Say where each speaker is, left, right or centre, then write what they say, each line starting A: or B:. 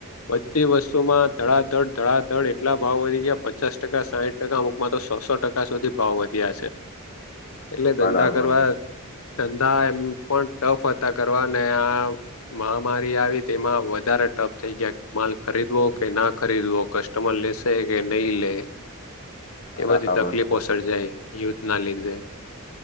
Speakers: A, on the left; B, on the left.
A: બધી વસ્તુમાં ધડાધડ ધડાધડ એટલા ભાવ વધી ગયા પચાસ ટકા સાહીઠ ટકા મુ માં તો સોસો ટકા સુધી ભાવ વધ્યા છે.
B: <inaudible>
A: એટલે
B: બરાબર
A: ધંધા કરવા, ધંધા એમ પણ ટફ હતા કરવા ને આ મહામારી આવી તેમાં વધારે ટફ થઈ ગયા માલ ખરીદવો કે ના ખરીદવો. કસ્ટમર લેશે કે નઈ લે.
B: બરાબર
A: એ બધી તકલીફો
B: છે
A: સર્જાય યુદ્ધ ના લીધે.